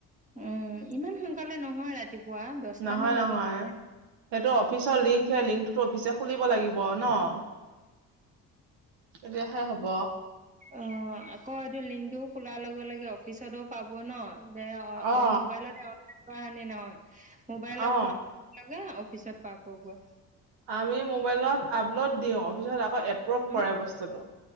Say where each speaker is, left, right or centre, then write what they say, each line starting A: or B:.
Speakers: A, on the right; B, on the right.
A: উ ইমান সোনকালে নহয় ৰাতিপুৱা, দছটামান
B: নহয়
A: বাজাত
B: নহয় সেইটো অফিচৰ লিংক সে, লিংকটোতো অফিচে খুলিব লাগিব অ', তেতিয়াহে হ'ব।
A: অ', আকৌ এইটো লিংকটোও খোলাৰ লগত লগ লগে অফিচতো পাব ন, দে
B: অ
A: মোবাইলতে অনলাইন কৰা নে নহয় মোবাইলত
B: অ
A: কৰা লগে লগে অফিচত পাবগৈ।
B: আমি মোবাইলত আপলোড দিওঁ, অফিছত আকৌ এপ্ৰুভ
A: অ',
B: কৰে বস্তুটো।